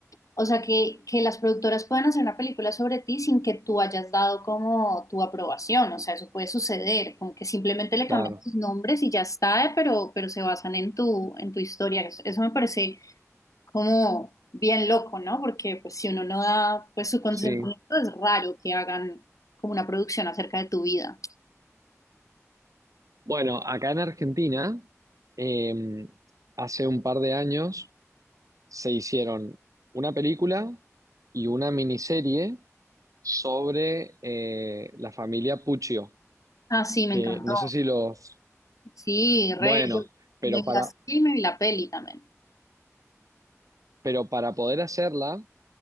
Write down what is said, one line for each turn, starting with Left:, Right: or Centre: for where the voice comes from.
Left: o sea, que, que las productoras puedan hacer una película sobre ti sin que tú hayas dado como tu aprobación, o sea, eso puede suceder, como que simplemente le
Right: Claro,
Left: cambian tus nombres y ya está, eh, pero, pero se basan en tu, en tu historia. Eso me parece como bien loco, ¿no? Porque pues si uno no da pues su consentimiento
Right: sí.
Left: es raro que hagan como una producción acerca de tu vida.
Right: Bueno, acá en Argentina, eh, hace un par de años se hicieron una película y una miniserie sobre eh, la familia Puccio,
Left: Ah, sí, me
Right: que
Left: encantó.
Right: no sé si los...
Left: Sí,
Right: Bueno,
Left: re, yo
Right: pero
Left: me vi
Right: para,
Left: la, sí, me vi la peli también.
Right: pero para poder hacerla